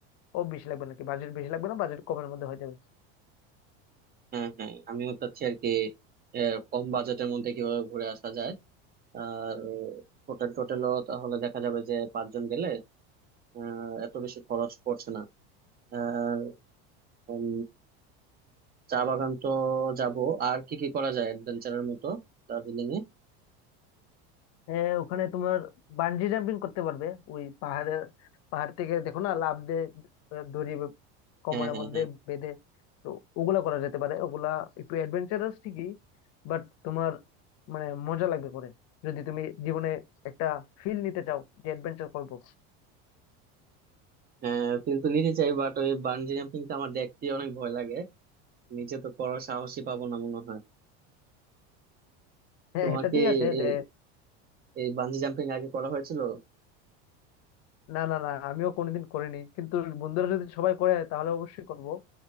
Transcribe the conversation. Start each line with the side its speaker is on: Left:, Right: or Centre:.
Left: ও বেশি লাগবে নাকি বাজেট বেশি লাগবে না বাজেট কমের মধ্যে হয়ে যাবে
Right: হ্যাঁ হ্যাঁ আমিও চাচ্ছি আর কি আহ, কম বাজেটের মধ্যে কিভাবে ঘুরে আসা যায় আর হোটেল টোটেলও তাহলে দেখা যাবে যে পাঁচজন গেলে আহ এত বেশি খরচ পড়ছে না আর উম, চা বাগান তো যাব আর কি কি করা যায় অ্যাডভেঞ্চারের মতো দার্জিলিং এ
Left: হ্যাঁ ওখানে তোমার বানজি জাম্পিং করতে পারবে ওই পাহাড়ের পাহাড় থেকে দেখো না লাফ দিয়ে আহ, দড়ি বে- কোমরের
Right: হ্যাঁ হ্যাঁ
Left: মধ্যে
Right: হ্যাঁ
Left: বেঁধে তো ওগুলা করা যেতে পারে ওগুলা একটু অ্যাডভেঞ্চারাস ঠিকই বাট তোমার মানে মজা লাগবে করে যদি তুমি জীবনে একটা ফিল নিতে চাও যে অ্যাডভেঞ্চার করবো
Right: হ্যাঁ কিন্তু নিতে চাই বাট ওই বানজি জাম্পিং টা আমার দেখতে অনেক ভয় লাগে নিচে তো করার সাহসই পাবো না মনে হয়
Left: হ্যাঁ
Right: তোমাকে
Left: এটা ঠিক আছে
Right: এ-
Left: যে
Right: এই বানজি জাম্পিং আগে করা হয়েছিল
Left: না না না আমিও কোনোদিন করিনি কিন্তু বন্ধুরা যদি সবাই করে তাহলে অবশ্যই করব